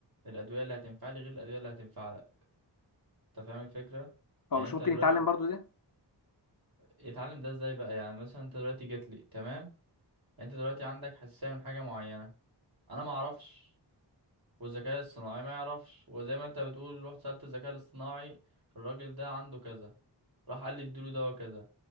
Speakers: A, on the right; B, on the left.
A: الادويه اللي هتنفع لي غير الادويه اللي هتنفع لك انت فاهم الفكره يعني
B: هو مش
A: انت
B: ممكن
A: دلوقتي
B: يتعلم برضو ده
A: اتعلم ده ازاي بقى يعني مثلا انت دلوقتي جيت لي تمام انت دلوقتي عندك حساسيه من حاجه معينه انا ما اعرفش والذكاء الصناعي ما يعرفش وزي ما انت بتقول رحت سألت الذكاء الاصطناعي الراجل ده عنده كذا راح قال لي اديله دواء كذا